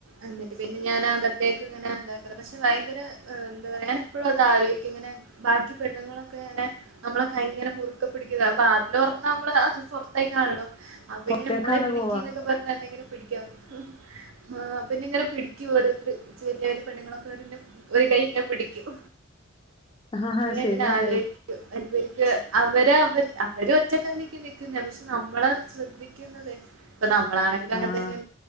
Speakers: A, on the right; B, on the left.
A: എന്നന്നിട്ട് പിന്നെ ഞാൻ അകത്തേക്ക് ഇങ്ങനെ പക്ഷെ ഭയങ്കര എന്താ ഞാന എപ്പോഴും അത് ആലോചിക്കും ഇങ്ങനെ ബാക്കി പെണ്ണുങ്ങളൊക്കെ അങ്ങെ നമ്മളെ കൈ ഇങ്ങനെ മുറി ക്കെ പിടിക്കുക അപ്പൊ അതിലോറന്ന് നമ്മള് പുറത്തേ കാണല്ലോ അപ്പ
B: പൊറത്തേക്കാണ്
A: ഇങ്ങെ മോളെ പിടിക്കി
B: പോവാ
A: എന്നൊക്കെ പറഞ്ഞ അന്തെങ്കനും <unintelligible> പിടിക്ക ആഹ അ പിന്നെ നിങ്ങനെ പിടടിക്ക് ഓരോരു ചിലര് പെണ്ണുങ്ങളൊക്കെ ഒരു കയ് ന്നേ പിടിക്കും
B: ആഹ് ശരിയാണ്
A: എങ്ങനെ ആഗോഹിക്കു അ <unintelligible> അവര് അവർ അവര ഒറ്റക്കാലേക്ക് നൽക്കുന്ന പക്ഷെ നമ്മള ശ്രദ്ധിക്കുന്നത് ഇപ്പൊ നമ്മളാണെങ്കിൽ അങ്ങനെ
B: ആഹ്
A: തന്നെ്